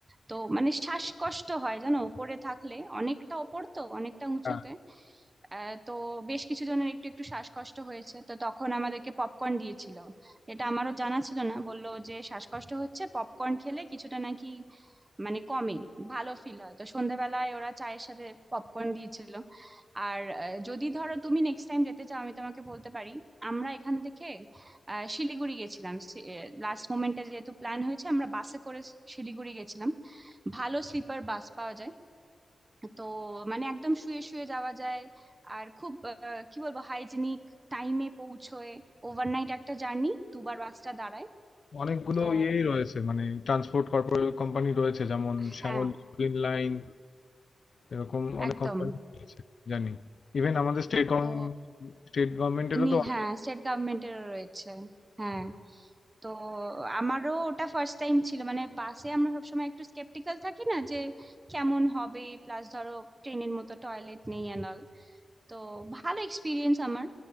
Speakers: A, on the right (about 20°); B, on the left (about 55°).
A: তো মানে শ্বাসকষ্ট হয় জানো উপরে থাকলে অনেকটা ওপর তো অনেকটা উঁচুতে
B: হ্যাঁ
A: আহ, তো বেশ কিছু জনের একটু একটু শ্বাসকষ্ট হয়েছে তো তখন আমাদেরকে পপকর্ন দিয়েছিল এটা আমারও জানা ছিল না বললো যে শ্বাসকষ্ট হচ্ছে পপকর্ন খেলে কিছুটা নাকি মানে কমে ভালো ফিল হয় তো সন্ধ্যাবেলায় ওরা চায়ের সাথে পপকর্ন দিয়েছিল আর আহ, যদি ধরো তুমি নেক্সট টাইম যেতে চাও আমি তোমাকে বলতে পারি আমরা এখান থেকে আহ, শিলিগুড়ি গেছিলাম লাস্ট মোমেন্টে যেহেতু প্ল্যান হয়েছে আমরা বাসে করে শিলিগুড়ি গেছিলাম ভালো স্লিপার বাস পাওয়া যায় তো মানে একদম শুয়ে শুয়ে যাওয়া যায় আর খুব আহ, কি বলবো হাইজিনিক টাইমে পৌঁছয় ওভারনাইট একটা জার্নি দুবার বাসটা দাঁড়ায়
B: অনেকগুলো
A: তো
B: ইয়েই রয়েছে মানে ট্রান্সপোর্ট কর্পোরেট কোম্পানি রয়েছে যেমন
A: হ্যাঁ
B: শ্যামল গ্রিন লাইন এরকম অনেক
A: একদম
B: কোম্পানি রয়েছে জানি ইভেন আমাদের স্টেট গভর্নমেন্ট
A: তো
B: স্টেট গভর্নমেন্টেরও
A: নি
B: তো অনেক
A: হ্যাঁ স্টেট গভর্নমেন্টের রয়েছে হ্যাঁ তো আমারও ওটা ফার্স্ট টাইম ছিল মানে বাসে আমরা সবসময় একটু স্কেপটিক্যাল থাকি না যে কেমন হবে প্লাস ধরো ট্রেনের মতো টয়লেট নেই অ্যান্ড অল তো ভালো এক্সপিরিয়েন্স আমার